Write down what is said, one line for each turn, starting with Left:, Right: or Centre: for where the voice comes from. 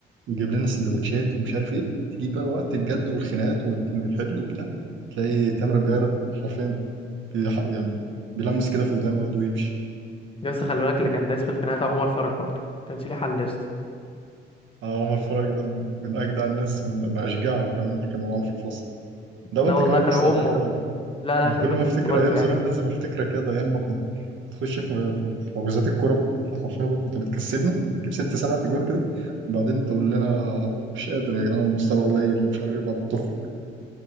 Right: ويجيب لنا سندوتشات ومش عارف إيه تيجي بقى وقت الجد والخناقات والحل وبتاع تلاقي تامر الجوير حرفيا بيح... يعني بيلمس كده في ودانه ويده ويمشي
Left: يا اسطى خلي بالك اللي كان دايس في الخناقه ده عمر فرج برضه كانش ليه حل يا اسطى
Right: آه، عمر فرج ده من أجدع الناس ومن أشجعهم كمان اللي كانوا معانا في الفصل ده وأنت
Left: لا والله
Right: كمان
Left: خلي
Right: يس
Left: بالك
Right: على فكرة
Left: امه لا لا
Right: إن
Left: خلي
Right: كل
Left: بالك
Right: ما أفتكر
Left: يا اسطى برضه
Right: أيام زمان
Left: يعني
Right: لازم أفتكرك يا ده أيام ما تخش في في- في حجوزات الكوره حرفيا كنت بتكسبنا تجيب ست سبع تجوان كده وبعدين تقول لنا مش قادر يا جدعان المستوى قليل ومش عارف ايه وبعدين تخرج